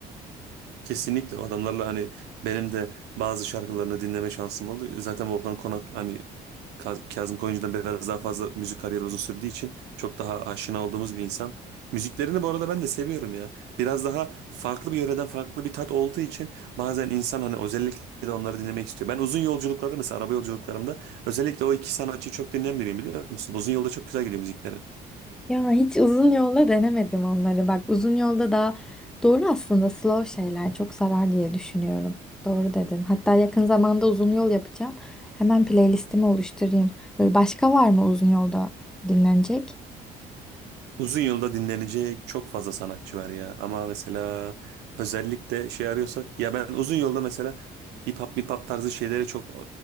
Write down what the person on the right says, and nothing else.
Kesinlikle o adamlarla hani benim de bazı şarkılarını dinleme şansım oldu. Zaten Volkan Konak hani Ka- Kazım Koyuncu'dan biraz daha fazla müzik kariyeri uzun sürdüğü için çok daha aşina olduğumuz bir insan. Müziklerini bu arada ben de seviyorum ya. Biraz daha farklı bir yöreden farklı bir tat olduğu için bazen insan hani özellikle de onları dinlemek istiyor. Ben uzun yolculuklarda mesela araba yolculuklarımda özellikle o iki sanatçıyı çok dinleyen biriyim biliyor musun? Uzun yolda çok güzel gidiyor müzikleri.
Uzun yılda dinlenecek çok fazla sanatçı var ya. Ama mesela özellikle şey arıyorsak ya ben uzun yolda mesela hip hop hip hop tarzı şeylere çok e,